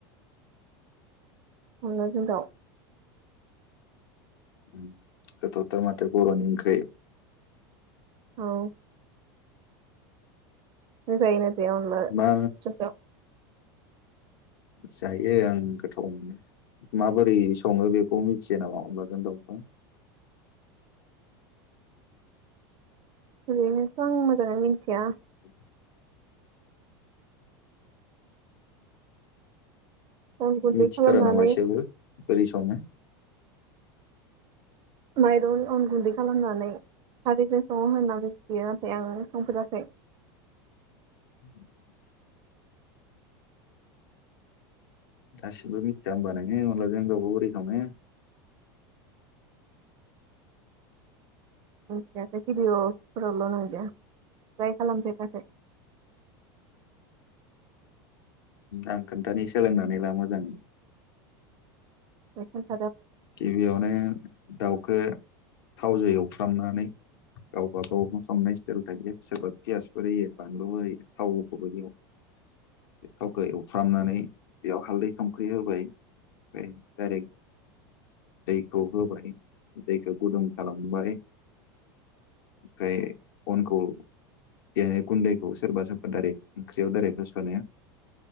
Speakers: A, on the right (about 40°); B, on the left (about 75°).
A: अनला जों दाउ।
B: उम गोथावथार माथो बर'नि ओंख्रि
A: औ। नों जायोना जाया अनला
B: मा
A: जों दाउ?
B: जायो आं गोथाव मोनो माबोरै सङो बेखौ मिथियो नामा अनलाजों दाउखौ?
A: ओरैनोथ' आं मोजाङै मिथिया
B: <inaudible>
A: अन गुन्दै
B: मिथिथारा
A: खालामनानै
B: नामाएसेबो? बोरै सावनो
A: माइरं अन गुन्दै खालामनानै खारैजों सङो होननानै बियो नाथाय आं संफेराखै।
B: <inaudible> दासिमबो मिथिया होनबा नोङो अनब्ला जों रावखौ बोरै संओ?
A: मिथियालै बिदिअस फोरावल नुयो ओमफ्राय खालाम फेराखै
B: आं खोन्थानि सोलोंनानै सोलोंनानै ला मोजां।
A: <inaudible>
B: गिबियावनो दावखौ थावजों एवफ्रामनानै गावबागाव संनाय स्टाइल थायो सोरबा पियासफोर होयो बानलु होयो थावखौबो बेयाव बे थावखौ एवफ्रामनानै बेयाव हालदै संख्रि होबाय ओमफ्राय डाइरेक्ट दैखौ होबाय दैखौ गुदुं खालामबाय ओमफ्राय अनखौ देनो गुन्दैखौ सोरबा सोरबा दाइरेक्ट ओंख्रियाव दाइरेक्ट होस'नो